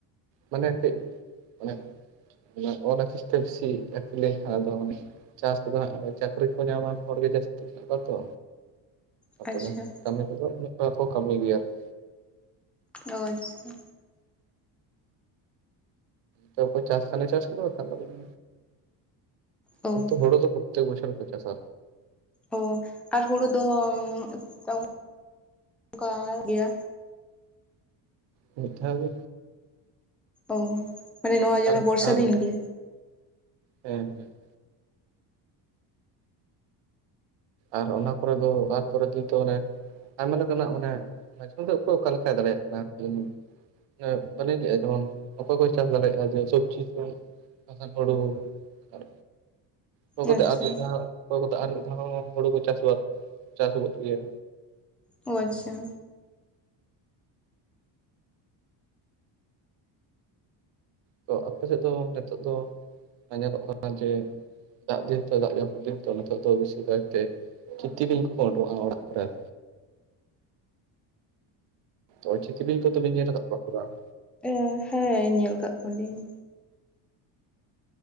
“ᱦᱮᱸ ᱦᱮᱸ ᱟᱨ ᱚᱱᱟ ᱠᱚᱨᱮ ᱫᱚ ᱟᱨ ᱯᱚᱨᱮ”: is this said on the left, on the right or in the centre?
Right